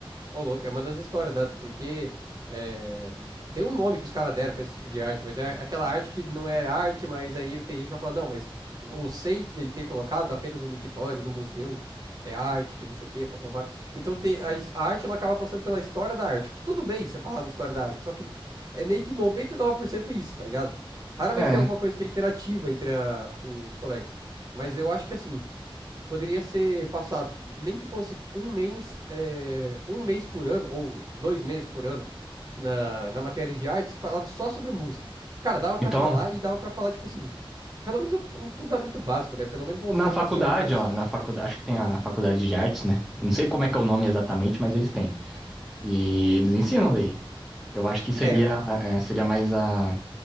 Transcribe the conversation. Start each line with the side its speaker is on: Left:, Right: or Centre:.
Right: Ô, louco, é uma das histórias, dado, porque é, tem um nome que os caras deram pra esse tipo de arte, mas é aquela arte que não é arte, mas aí tem gente que vai falar, não, mas o conceito dele ter colocado apenas um mictório no museu é arte, que não sei o quê, papapá. Então te- a, a arte ela acaba passando pela história da arte, o que tudo bem você falar da história da arte, só que é meio que 99% isso, tá ligado? Raramente
Centre: É.
Right: tem alguma coisa que é interativa entre a- os colegas. Mas eu acho que assim, Poderia ser passado, nem que fosse um mês, é, um mês por ano, ou dois meses por ano, na, na matéria de artes, falado só sobre música. Cara, dava
Centre: Então,
Right: pra falar e dava pra falar, tipo assim, pelo menos um um fundamento básico, né? Pelo menos mostrando,
Centre: na faculdade,
Right: assim, algumas
Centre: ó, na faculdade,
Right: coisas.
Centre: acho que tem a faculdade de artes, né? Não sei como é
Right: Hum.
Centre: que é o nome exatamente, mas eles têm. E eles ensinam daí. Eu acho que seria,
Right: É,
Centre: é, seria mais a